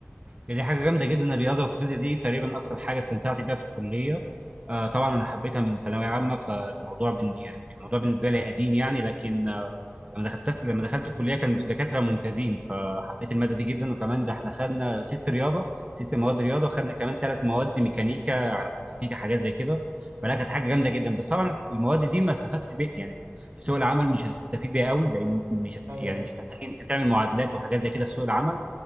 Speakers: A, on the right; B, on the right.
A: يعني دي حاجه جامده جدا الرياضه والفيزياء دي تقريبا اكتر حاجه استمتعت بيها في الكليه آه طبعا انا حبيتها من ثانويه عامه فالموضوع بن يعني الموضوع بالنسبه لي قديم يعني لكن آه لما دخلت لما دخلت الكليه كان دكاتره ممتازين فحبيت الماده دي جدا وكمان ده احنا خدنا ست رياضه ست مواد
B: مم.
A: رياضه وخدنا كمان ثلاث مواد ميكانيكا على استاتيكا حاجات زي كده
B: مم.
A: فلا كانت حاجه جامده جدا بس طبعا المواد دي ما استفدتش بيها يعني في سوق العمل مش هتستفيد بيها قوي لان مش هت...
B: ايوه
A: يعني مش هتحتاج انت تعمل معادلات وحاجات زي كده في سوق العمل